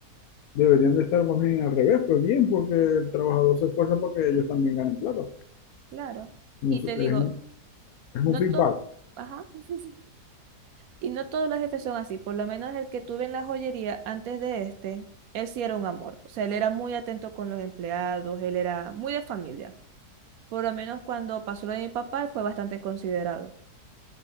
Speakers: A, on the left; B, on the right.
A: Deberían de estar más bien al revés, pues bien, porque el trabajador se esfuerza porque ellos también ganen plata.
B: claro. Y
A: No sé,
B: te
A: es,
B: digo,
A: un- es un
B: no
A: feedback.
B: todo, ajá. <laughs> Y no todos los jefes son así, por lo menos el que tuve en la joyería antes de este, él sí era un amor, o sea, él era muy atento con los empleados, él era muy de familia. Por lo menos cuando pasó lo de mi papá, él fue bastante considerado.